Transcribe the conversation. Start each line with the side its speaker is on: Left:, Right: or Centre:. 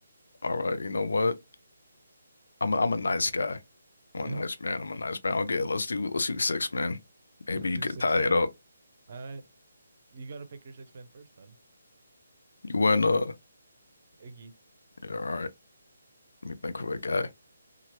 Left: All right, you know what? I'm a, I'm a nice guy.
Right: Yeah.
Left: I'm a nice man. I'm a nice man. Okay, let's do let's do six, man. Maybe
Right: Let's do
Left: you could
Right: six
Left: tie
Right: man.
Left: it up.
Right: I You got to pick your six man first, then
Left: You win uh
Right: Iggy.
Left: yeah, all right. Let me think of a guy.